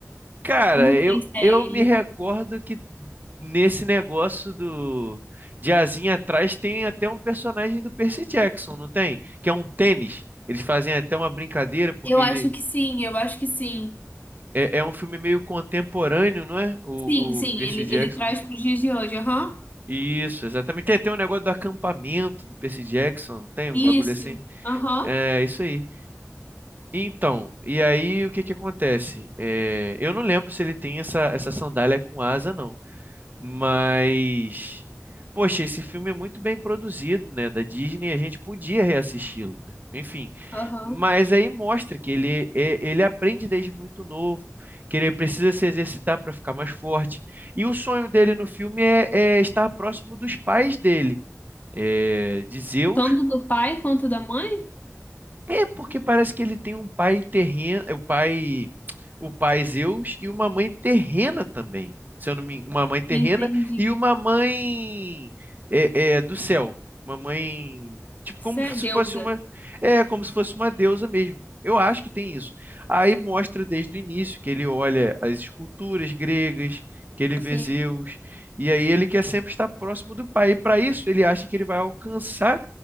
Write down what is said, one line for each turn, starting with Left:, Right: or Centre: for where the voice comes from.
Right: Cara,
Left: Eu não
Right: eu,
Left: sei se é
Right: eu
Left: ele.
Right: me recordo que nesse negócio do de asinha atrás tem até um personagem do Percy Jackson, não tem? Que é um tênis. Eles fazem até uma brincadeira porque
Left: Eu
Right: ele
Left: acho que sim, eu acho que sim.
Right: é, é um filme meio contemporâneo, não é? O,
Left: Sim, sim,
Right: o Percy
Left: ele,
Right: Jackson.
Left: ele traz para os dias de hoje, aham.
Right: Isso, exatamente. Tem, tem um negócio do acampamento do Percy Jackson, não tem um
Left: Isso,
Right: bagulho assim?
Left: aham,
Right: É isso aí. Então, e aí o que que acontece? É, eu não lembro se ele tem essa, essa sandália com asa, não. Mas, poxa, esse filme é muito bem produzido, né? Da Disney, a gente podia reassisti-lo, né? Enfim.
Left: aham.
Right: Mas aí mostra que ele, é- ele aprende desde muito novo, que ele precisa se exercitar para ficar mais forte. E o sonho dele no filme é, é estar próximo dos pais dele é, de Zeus
Left: Tanto do pai quanto da mãe?
Right: é porque parece que ele tem um pai terreno, é, o pai, o pai Zeus e uma mãe terrena também. Se eu não me, uma mãe terrena
Left: Entendi.
Right: e uma mãe é, é, do céu, uma mãe tipo
Left: Isso
Right: como
Left: é
Right: se
Left: deusa.
Right: fosse uma, é como se fosse uma deusa mesmo. Eu acho que tem isso. Aí mostra desde o início que ele olha as esculturas gregas, que ele vê
Left: Sim,
Right: Zeus e aí ele quer sempre estar próximo do pai. E para isso ele acha que ele vai alcançar